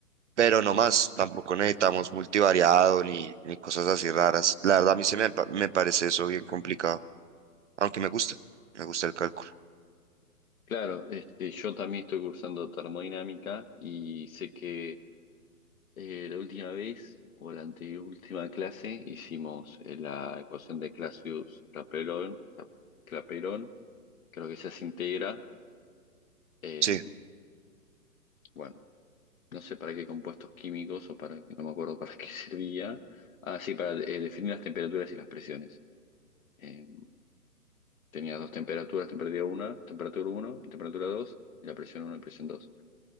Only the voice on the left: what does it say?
Claro, este, yo también estoy cursando termodinámica y sé que eh, la última vez o la anteúltima clase hicimos eh, la ecuación de Clausius-Clapeyron, Cla- Clapeyron, creo que esa se integra. eh,
bueno, no sé para qué compuestos químicos o para, no me acuerdo para <laughs> qué servía. Ah, sí, para eh, definir las temperaturas y las presiones. eh, Tenías dos temperaturas, temperatura 1, temperatura uno y temperatura 2 y la presión uno y presión dos